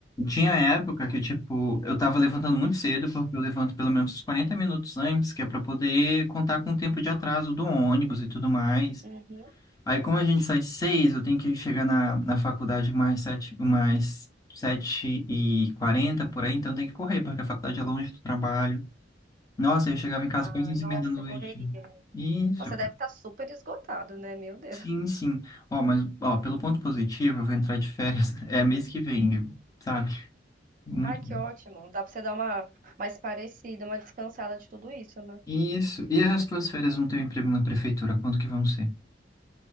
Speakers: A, on the left (about 20°); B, on the right (about 45°).
A: tinha época que tipo, eu tava levantando muito cedo, porque eu levanto pelo menos uns 40 minutos antes, que é pra poder contar com o tempo de atraso do ônibus e tudo mais.
B: Uhum.
A: Aí como a gente sai seis, eu tenho que chegar na, na faculdade mais sete, mais sete e quarenta por aí, então tem que correr, porque a faculdade é longe do trabalho. Nossa, eu chegava em casa
B: Ah,
A: quase onze
B: nossa,
A: e meia da noite.
B: correria, né?
A: Isso.
B: Nossa, deve estar super esgotado, né? Meu Deus.
A: Sim, sim. Ó, mas ó, pelo ponto positivo, eu vou entrar de férias, <laughs> é mês que vem, sabe? Muito
B: Ai, que
A: bom.
B: ótimo. Dá pra você dar uma mais parecida, uma descansada de tudo isso, né?
A: Isso. E as tuas férias no teu emprego na prefeitura, quando que vão ser?